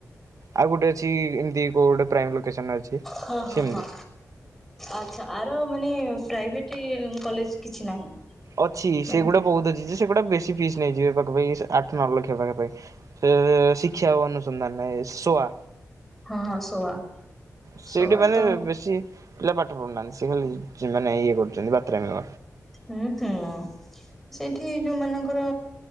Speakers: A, on the right; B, in the centre.
A: ଆଉ ଗୋଟେ ଅଛି ଏମିତି କୋଉ ଗୋଟେ ପ୍ରାଇମ୍ ଲୋକେସନ୍ ରେ ଅଛି
B: ହଁ ହଁ
A: ସେମିତି।
B: ହଁ ଆଚ୍ଛା ଆର ମାନେ ପ୍ରାଇଭେଟ୍ କଲେଜ୍ କିଛି ନାହିଁ?
A: ଅଛି
B: ମାନେ
A: ସେଗୁଡ଼ା ବହୁତ୍ ଅଛିଯେ ସେଗୁଡା ବେଶୀ ଫିସ୍ ନେଇଯିବେ ପାଖା ପାଖି ଆଠ ନଅ ଲକ୍ଷ ପାଖ ପାଇଁ ସେ ଶିକ୍ଷା ଓ ଅନୁସନ୍ଧାନ ନାହି ଶୋଆ
B: ହଁ ହଁ ସୋଆ।
A: ସେଇଠି
B: ସୋଆ
A: ମାନେ
B: ତ
A: ବେଶୀ ପିଲା ପାଠ ପଢ଼ୁନାହାନ୍ତି ସେ ଖାଲି ମାନେ ଇଏ କରୁଚନ୍ତି ବାତରାମି।
B: ହୁଁ ହୁଁ ସେଇଠି ଯୋଉମାନଙ୍କର